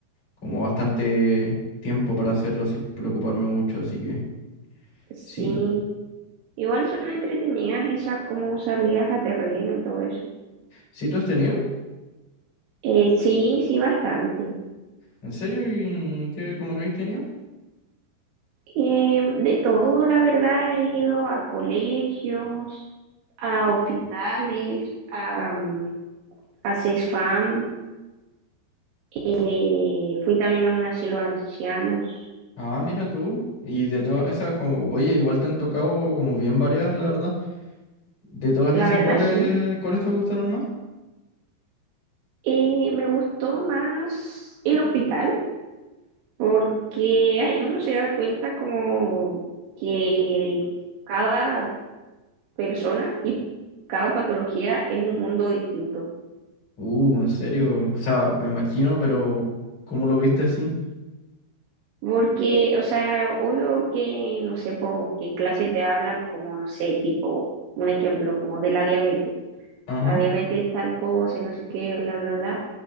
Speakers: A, on the left; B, on the right.
A: como bastante tiempo para hacerlo sin preocuparme mucho, así que
B: Sí,
A: sí.
B: igual son entretenidas esas como salidas a terreno y todo eso.
A: ¿Sí tú has tenido?
B: Eh, sí, sí, bastante.
A: ¿En serio? ¿Y qué, cómo que has tenido?
B: Eh, de todo, la verdad, he ido a colegios, a hospitales, a, mm, a CESFAM, eh, fui también a un asilo de ancianos.
A: Ah, mira tú. Y de todas esas, como, oye, igual te han tocado como bien variadas, la verdad. De todas
B: La
A: esas,
B: verdad,
A: ¿cuáles,
B: sí.
A: cuáles te gustaron más?
B: Eh, me gustó más el hospital porque ahí uno se da cuenta como que cada persona y cada patología es un mundo distinto.
A: Uh, en serio. O sea, me imagino, pero ¿cómo lo viste así?
B: Porque, o sea, obvio que, no sé, po, que en clase te hablan como, no sé, tipo, un ejemplo, como de la diabetes.
A: ajá
B: La diabetes tal cosa y no sé qué, bla, bla, bla.